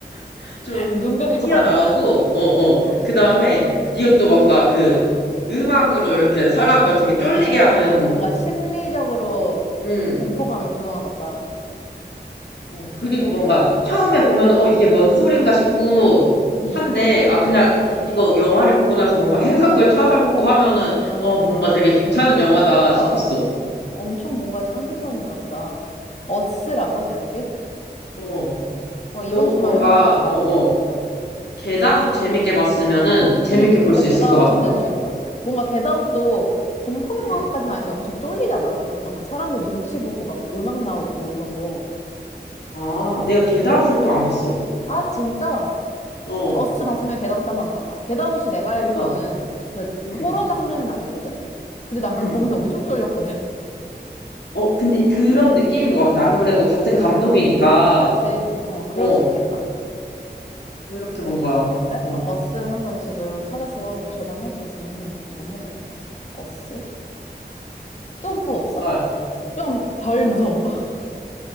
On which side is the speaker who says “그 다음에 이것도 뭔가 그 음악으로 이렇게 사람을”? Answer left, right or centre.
Left